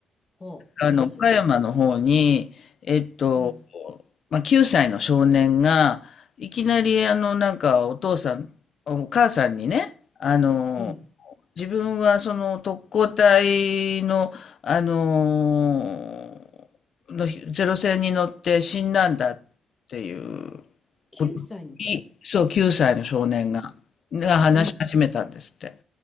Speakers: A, on the left; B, on the left.
A: あ、
B: あの、
A: なんでしょ
B: 岡山の方に、えっと、
A: う。うん、
B: まあ、9歳の少年が、いきなり、あの、なんか、お父さん、お母さんにね、あの、
A: うん、
B: 自分はその特攻隊の、あのーのゼロ戦に乗って死んだんだっていう
A: 9歳の子供。
B: ことに、そう、9歳の少年が、
A: うん、
B: が話し始めたんですって。
A: うん